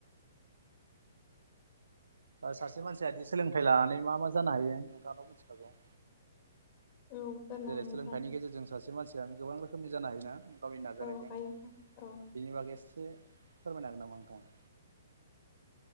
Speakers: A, on the right; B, on the left.
A: सासे मानसियादि सोलोंथाइ लानानै मा मा जानो हायो नोंथाङाथ' मिथिखागौ
B: औ खोनानो हायो
A: जेरै
B: नोंथां
A: सोलोंथाइनि गेजेरजों सासे मानसिया गोबां रोखोमनि जानो हायो ना गावनि नाजानायजों
B: औ हायो नोंथां औ
A: बेनि बागै एसे फोरमायनो हागोन नामा नोंथाङा